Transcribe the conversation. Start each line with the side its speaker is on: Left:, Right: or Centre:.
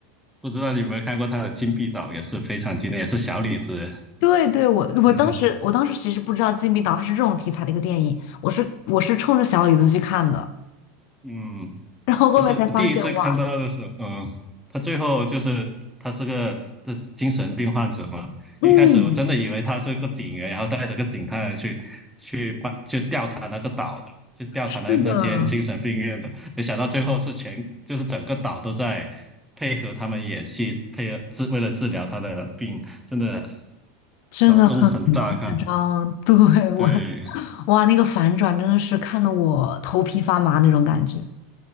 Centre: 不知道你有没有看过他的《金币岛》，也是非常经典，也是小李子。
Left: 对对，我我当时我当时其实不知道《禁闭岛》它是这种题材的一个电影，
Centre: <laughs>
Left: 我是我是冲着小李子去看的，
Centre: 嗯，
Left: 然后后面才发现哇，
Centre: 就是第一次看到的时候，嗯，他最后就是他是个这精神病患者嘛。
Left: 嗯，
Centre: 一开始我真的以为他是个警员，然后带着个警探去去办去调查那个岛的，去调查那那间精神病院的。
Left: 是的，
Centre: 没想到最后是全就是整个岛都在配合他们演戏，配合治为了治疗他的病，真的
Left: 真的。
Centre: 脑洞很大啊看。
Left: 很。嗯，<laughs> 对，我，
Centre: 对，
Left: 哇，那个反转真的是看得我头皮发麻那种感觉。